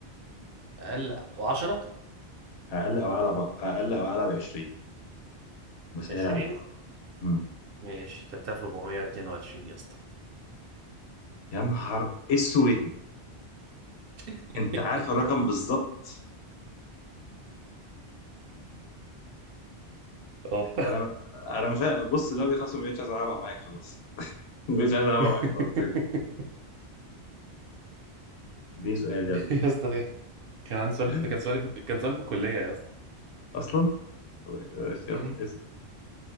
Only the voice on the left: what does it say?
اقل او اعلى ب... اقل او اعلى ب 20 بسهل
عليك اهو امم
يا نهار اسود
انت عارف الرقم بالظبط
انا انا مش عارف- بص اللعبه دي خلاص ما بقتش عايز العبها معاك خلاص <laughs> ما بقتش عايز العبها
معاك خلاص تاني دي سؤال يلا
<laughs>
اصلا بس
يلا اسال